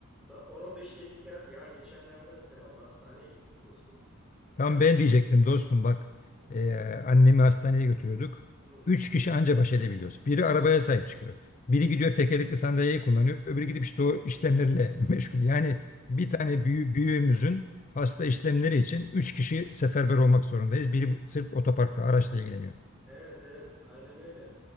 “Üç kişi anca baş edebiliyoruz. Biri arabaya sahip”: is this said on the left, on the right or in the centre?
Left